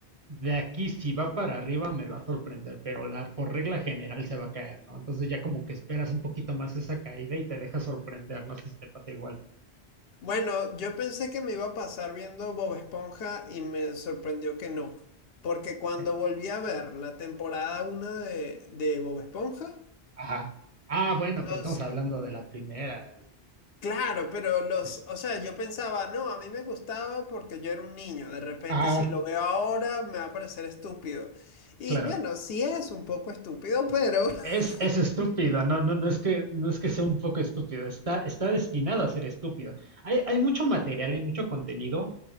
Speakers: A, on the right; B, on the left.
A: de aquí si va para arriba me va a sorprender, pero la, por regla general se va a caer, ¿no? Entonces ya como que esperas un poquito más esa caída y te deja sorprender, no sé si te pasa igual.
B: Bueno, yo pensé que me iba a pasar viendo Bob Esponja y me sorprendió que no. Porque cuando
A: Eh,
B: volví a ver la temporada 1 de, de Bob Esponja,
A: Ajá. Ah, bueno,
B: los...
A: pero estamos hablando de la primera.
B: Claro, pero los...
A: es-
B: O sea, yo pensaba, no, a mí me gustaba porque yo era un niño. De repente
A: ah,
B: si lo veo ahora me va a parecer estúpido. Y
A: claro.
B: bueno, sí es un poco estúpido, pero <laughs>
A: Es, es estúpido, no, no, no es que, no es que sea un poco estúpido, está, está destinado a ser estúpido. Hay, hay mucho material, hay mucho contenido